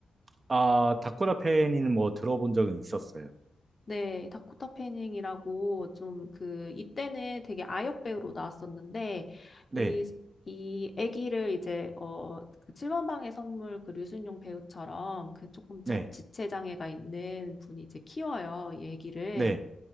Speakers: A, on the right; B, on the left.
A: 아, 다쿠라 팬이는 뭐 들어본 적은 있었어요.
B: 네, 다코타 패닝이라고 좀 그 이때는 되게 아역 배우로 나왔었는데
A: 네,
B: 이 이 아기를 이제 어그 7번 방의 선물 그 류순용 배우처럼 그 조금 자,
A: 네,
B: 지체 장애가 있는 분이 이제 키워요, 이 아기를.
A: 네,